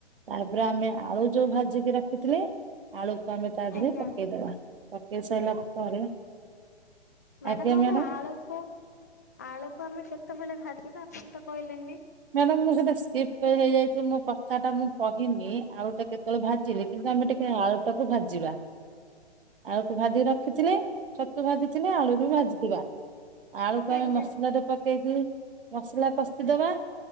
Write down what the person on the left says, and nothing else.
ଆଜ୍ଞା
ମ୍ୟାଡ଼ାମ
ଆମେ ଆଳୁକୁ ଆଳୁକୁ ଆମେ କେତେବେଳେ ଭାଜିବା ଆପଣ ତ କହିଲେନି।
ଆଜ୍ଞା